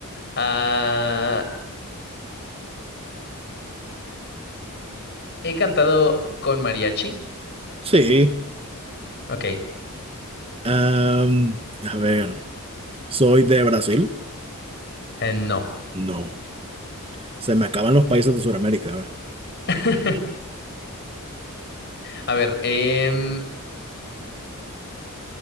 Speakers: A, on the left; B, on the right.
A: Ah, ¿He cantado con mariachi?
B: Sí,
A: Ok, eh,
B: am, a ver, soy de Brasil.
A: no.
B: No, se me acaban los países de Sudamérica. A ver,
A: <laughs> A ver, em,